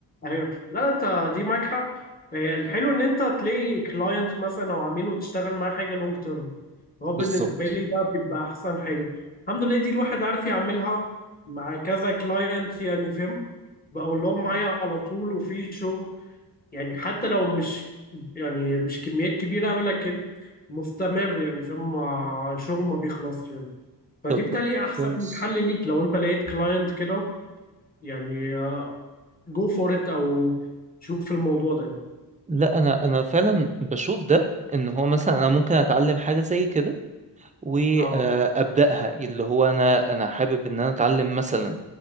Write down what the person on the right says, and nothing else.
<laughs> بالظبط
طب
كويس
لا انا انا فعلا بشوف ده ان هو مثلا انا ممكن اتعلم حاجة زي كده وابداها
اللي هو انا انا حابب ان انا اتعلم مثلا